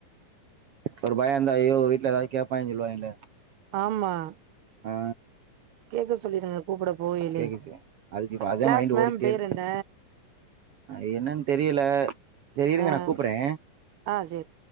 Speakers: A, on the right (about 65°); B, on the right (about 80°).
A: ஒரு பய இருந்தா ஐயோ வீட்ல எதாது கேப்பாய்ங் சொல்லுவாய்ங்கலே
B: ஆமா
A: ஆ
B: கேக்க சொல்லிருங்க கூப்புட போகையிலே
A: கேக்குச்சு அதுக்கு இப்ப அதா
B: கிளாஸ்
A: மைண்டு
B: மேம்
A: ஓடிய்ட்டே
B: பேர்
A: இருக்
B: என்ன
A: அ என்னன் தெரியல செரி இருங்க
B: ஆ
A: நா கூப்புர்றே
B: ஆ சேர்